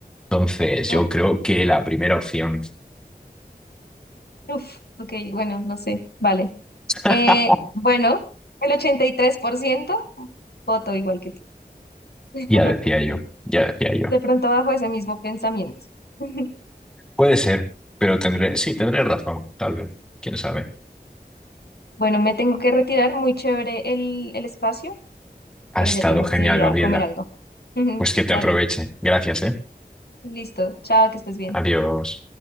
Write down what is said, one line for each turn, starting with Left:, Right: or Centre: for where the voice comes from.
Centre: Entonces,
Left: Ok.
Centre: yo creo que la primera opción,
Left: Uf, ok, bueno, no sé. Vale.
Centre: <laughs>
Left: Eh, bueno, el 83% voto igual que tú. <laughs>
Centre: ya decía yo, ya decía yo.
Left: De pronto bajo ese mismo pensamiento. <laughs>
Centre: Puede ser, pero tendré, sí, tendré razón, tal vez. ¿Quién sabe?
Left: Bueno, me tengo que retirar. Muy chévere el, el espacio,
Centre: Ha
Left: pero
Centre: estado
Left: ya tengo
Centre: genial,
Left: que ir
Centre: Gabriela.
Left: a comer algo. <laughs>
Centre: Pues que te
Left: Dale,
Centre: aproveche. Gracias, ¿eh?
Left: listo. Chao, que estés bien.
Centre: Adiós.